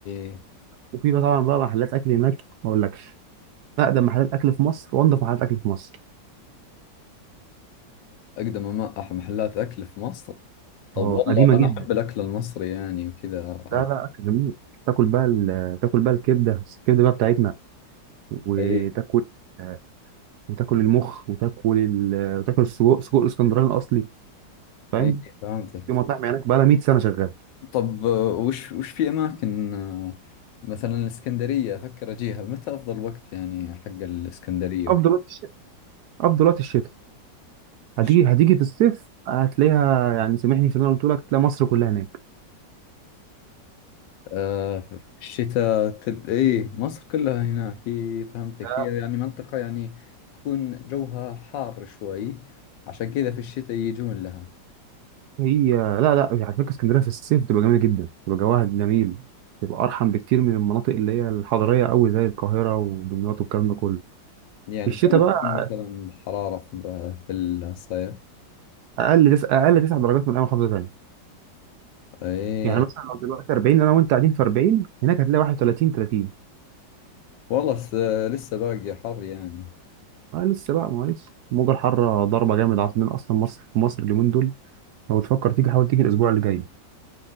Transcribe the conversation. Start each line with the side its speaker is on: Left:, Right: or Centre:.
Left: ايه إيه.
Right: وفي بقى طبعا بقى محلات اكل هناك ما اقولكش اقدم محلات اكل في مصر وانضف محلات اكل في مصر
Left: اقدم أما- أح- محلات اكل في مصر طب
Right: اه
Left: والله
Right: قديمه
Left: انا
Right: جدا
Left: احب الاكل المصري يعني وكذا
Right: لا لا اكل جميل تاكل بقى ال- تاكل بقى الكبده الكبده بقى بتاعتنا وتاكل
Left: ايه
Right: آه، وتاكل المخ وتاكل ال... وتاكل السجق سجق الاسكندراني الاصلي فاهم
Left: ايه إيه، فهمتك
Right: في مطاعم هناك بقى لها 100 سنه شغاله
Left: طب آه، وش وش في اماكن آه، مثلا الاسكندريه افكر اجيها متى افضل وقت يعني حق الاسكندريه
Right: افضل
Left: وكذا
Right: وقت الشتاء افضل وقت الشتاء هتيجي
Left: ش-
Right: هتيجي في الصيف هتلاقيها يعني سامحني في اللي انا قلت لك هتلاقي مصر كلها هناك
Left: آه، في الشتاء تل... ايه مصر كلها هناك ايه فهمتك
Right: لا
Left: هي يعني منطقه يعني تكون جوها حار شوي عشان كذا في الشتاء يجون لها
Right: هي لا لا على فكره اسكندريه في الصيف بتبقى جميله جدا بتبقى جواها جميل بتبقى ارحم بكتير من المناطق اللي هي الحضريه قوي زي القاهره ودمياط والكلام ده كله
Left: يعني
Right: الشتاء
Left: كم تكون
Right: بقى
Left: مثلا الحراره في في الصيف
Right: اقل تس... اقل 9 درجات من اي محافظه ثانيه
Left: ايه
Right: يعني مثلا لو دلوقتي 40 انا وانت قاعدين في 40 هناك هتلاقي 31 30
Left: والله س- لسه باقي حر يعني
Right: اه لسه بقى ما هو لسه الموجه الحاره ضربه جامد عاصمين اصلا مصر في مصر اليومين دول لو تفكر تيجي حاول تيجي الاسبوع اللي جاي